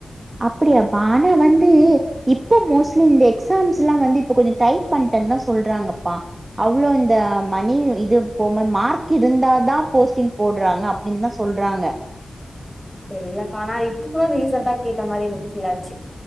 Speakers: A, on the right (about 30°); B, in the centre.
A: அப்பிடியாப்பா ஆனா வந்து இப்போ மோஸ்ட்லி இந்த எக்ஸாம்ஸுல்லா வந்து இப்ப கொஞ்ச டைட் பண்ட்டன் தா சொல்றாங்கப்பா அவ்ளோ இந்த மணி இது போம மார்க் இருந்தாதா போஸ்டிங் போட்றாங்க அப்டின்தா சொல்றாங்க
B: தெரிலக்கானா இப்ப ரீசென்ட்டா கேட்ட மாரி எனக்கு ஃபீல் ஆச்சு